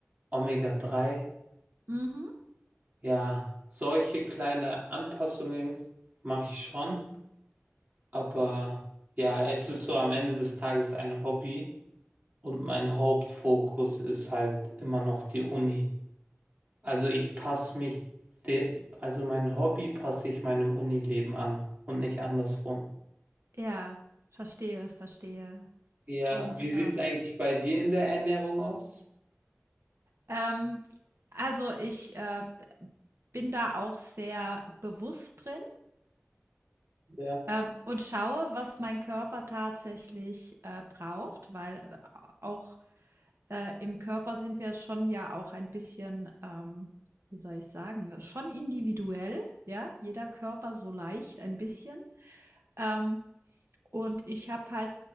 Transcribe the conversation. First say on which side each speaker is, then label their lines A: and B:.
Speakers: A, on the right; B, on the right.
A: omega drei.
B: mhm.
A: Ja, solche kleine Anpassungen mache ich schon, aber ja, es ist so am Ende des Tages ein Hobby und mein Hauptfokus ist halt immer noch die Uni. Also ich passe mich, de also mein Hobby passe ich meinem Unileben an und nicht andersrum.
B: Ja, verstehe, verstehe.
A: Ja,
B: Und,
A: wie sieht
B: äh,
A: es eigentlich bei dir in der Ernährung aus?
B: ähm, also ich, äh, bin da auch sehr bewusst drin,
A: Ja,
B: Ähm, und schaue, was mein Körper tatsächlich, äh, braucht, weil äh, auch, äh, im Körper sind wir schon ja auch ein bisschen, ähm, wie soll ich sagen, schon individuell, ja, jeder Körper so leicht ein bisschen. Ähm, und ich habe halt